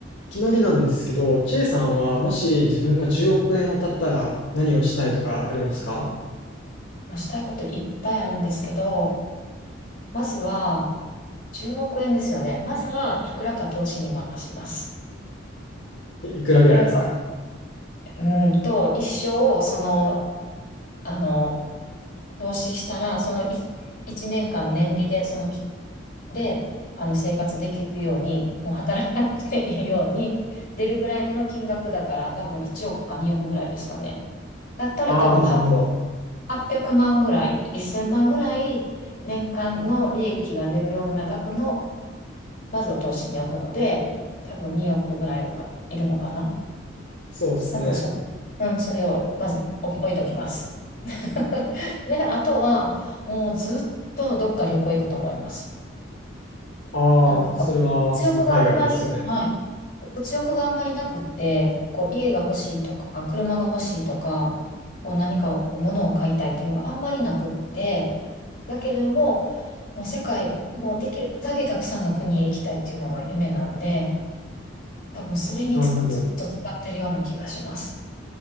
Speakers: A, on the left (about 65°); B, on the left (about 45°).
A: いきなりなんですけど、チェさんはもし自分が10億円当たったら何をしたいとかありますか
B: まあ、したいこといっぱいあるんですけど、まずは10億円ですよね。まずはいくらか投資に回します。
A: いいくらぐらいですか
B: いくらか、うーんと、一生、その、あの、投資したら、そのい1年間年利で、そのき、で、あの生活できるように、もう働かなくていいように、出るぐらいの金額だから、多分1億か2億ぐらいですかね。だったら多分はっ
A: ああ、なるほど。
B: 800万ぐらい、1000万ぐらい年間の利益が出るような額の、まずを投資に置くので、多分2億ぐらいはいるのかな。
A: そうですね。
B: 多分それ、うん、それをまず置置いときます。<laughs> で、あとは、もうずっとどっか旅行行くと思います。
A: ああ、
B: なんか、
A: それは、
B: 物欲があんまり、
A: その海外ですよね。
B: はい。物欲があんまりなくって、こう家が欲しいとか、車が欲しいとか、こう何かこう物を買いたいっていうのがあんまりなくって、だけども、もう世界、もうできるだけたくさんの国へ行きたいっていうのが夢なんで、多分それにつく、
A: なるほど。
B: ずっと使ってるような気がします。